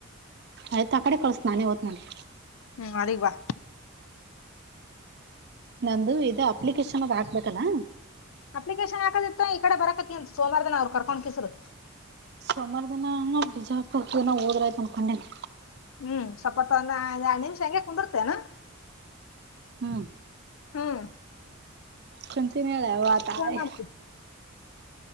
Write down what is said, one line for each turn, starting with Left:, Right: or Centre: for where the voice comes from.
Right: ಆಯ್ತ ಆ ಕಡೆ ಕಳಸ ನಾನೇ ಹೋತನಲ್ಲಿ
Left: ಹುಂ ನಾಳಿಗ ಬಾ
Right: ನಂದು ಇದು ಅಪ್ಲಿಕೇಶನ್ ಅದು ಹಾಕ್ ಬೇಕಲ್ಲಾ
Left: ಅಪ್ಲಿಕೇಶನ್ ಹಾಕದಿತ್ತು ಈ ಕಡೆ ಬರಕತಿ ಅಂತ ಸೋಮಾರ ದನ್ರು ಕಕೊಂಡ ಕಸರು
Right: ಸೊಮಾರ ದಿನ ಬಿಜಾಪುರಕನ ಹೋದ್ರಾಯ್ತ ಅಂದ್ಕೊಂಡಿನಿ
Left: ಹ್ಮ್ ಸ್ವಪಹೊತ ಒಂದು ಎರಡ ನಿಮಿಷ ಹಂಗೆ ಕುಂದಿರ್ತೇನು
Right: ಹ್ಮ
Left: ಹುಂ
Right: ಕುಂತಿ ನಳಾ ತಾಯಿ
Left: ಮಾಡ್ತಿ